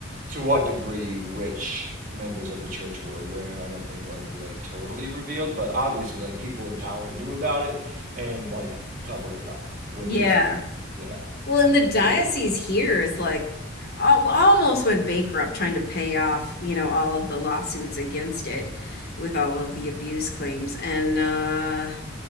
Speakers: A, on the right; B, on the left.
A: to what degree which members of the church were aware. I don't think will ever be like totally revealed, but obviously, like people in power knew about it and like covered it up, which
B: Yeah.
A: is like, yeah,
B: Well, and the diocese
A: pretty
B: here is like al- almost went bankrupt trying to pay off, you know, all of the lawsuits against it with all of the abuse claims. And uh,